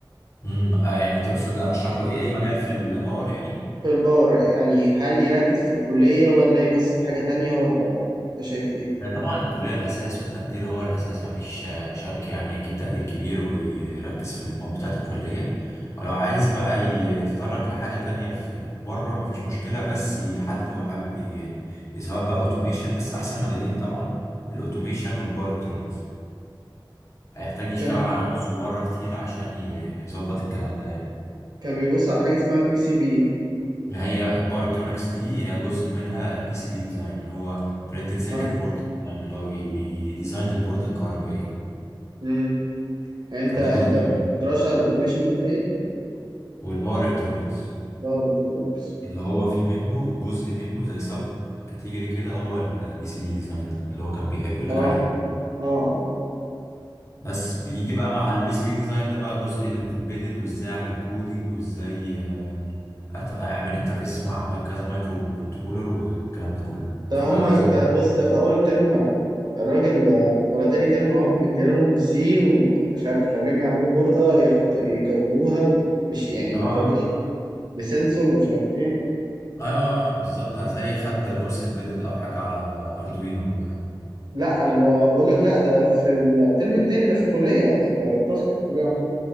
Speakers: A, on the left; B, on the right.
A: امم آه يعني تقصد ارشح له ايه اي مجال في الباور يعني
B: في الباور يعني هل يركز في الكليه ولا يبص في حاجه تانية ولا انت شايف ايه
A: آه، طبعا الكلية الأساس والتقدير هو الأساس مفيش آه، شك يعني يجيب تقدير كبير ويركز في المواد بتاعة الكلية ولو عايز بقى يتطرق لحاجة تانية في بره مفيش مشكلة بس يحدد هو حابب إيه يعني سواء بقى أوتوميشن بس أحسن مجالين طبعا الأوتوميشن والباور إلكترونكس هيحتاج يشتغل
B: كان
A: على نفسه بره كتير عشان ي- يظبط الكلام ده يعني
B: كان بيبص على حاجه اسمها بي سي بي
A: ما هي الباور إلكترونكس دي هي جزء منها بي سي بي ديزاين اللي هو برينتد سيركت
B: اه
A: بورد ديزاين اللي هو بيديزاين البوردة الكهربائية
B: امم انت
A: فده
B: انت
A: جزء منه
B: بترشح الاوتوميشن وقلت ايه
A: والباور الكترونكس
B: باور الكترونكس
A: اللي هو فيه منه جزء منه زي سب كاتيجوري كده هو البي سي بي ديزاين ده اللي هو كان بيحب يقول
B: اه
A: لك عليه
B: اه اه
A: بس بيجي بقى مع البي سي بي ديزاين ده بقى جزء الامبيدد وازاي اعمل كودينج وازاي آم، أت- اعمل انترفيس مع ماي- كذا مايكرو كنترولر والكلام ده كله
B: ده
A: في
B: هما
A: بقى جزء
B: ده
A: تاني-
B: بص ده في اول ترم الراجل آه، ولا تاني ترم اهم مدينا لهم سي ومش عارف خليهم يعملوا بوردة يحطوا يكودوها و- مش يعني
A: اه اه
B: يكودوا بسنسور ومش عارف ايه
A: اه آه، آه، بالظبط هتلاقي خد كورس امبيدد او حاجه على اردوينو ولا حاجه
B: لا انا بقول لك لا ده في الترم التاني ده في الكلية قصدي ده تاسك في الكلية عندهم